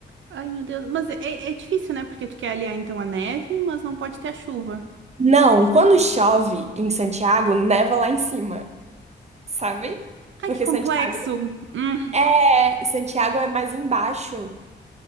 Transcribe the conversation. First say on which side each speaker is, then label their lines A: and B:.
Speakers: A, on the right; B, on the right.
A: Ai, meu Deus. Mas é, é difícil, né? Porque tu quer aliar, então, a neve, mas não pode ter a chuva.
B: Não, quando chove em Santiago, neva lá em cima, sabe?
A: Ai,
B: Porque
A: que complexo.
B: Santiago
A: Hum,
B: é, Santiago é mais embaixo.